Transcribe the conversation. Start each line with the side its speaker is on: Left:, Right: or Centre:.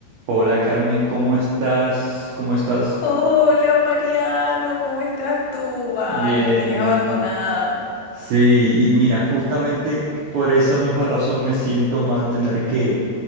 Right: Hola Carmen, ¿cómo estás? ¿Cómo estás?
Left: Hola, Mariano, ¿cómo estás tú? Vale,
Right: Bien,
Left: me tenías
Right: bien.
Left: abandonada.
Right: Sí, y mira, justamente por esa misma razón me siento mal tener que